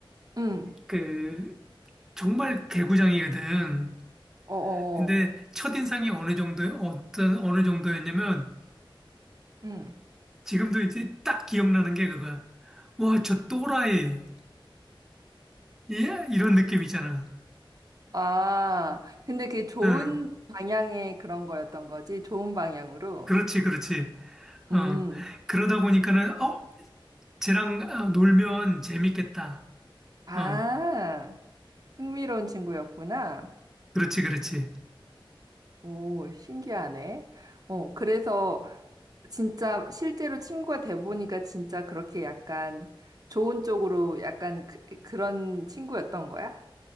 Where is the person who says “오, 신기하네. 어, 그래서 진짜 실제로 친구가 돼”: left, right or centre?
Right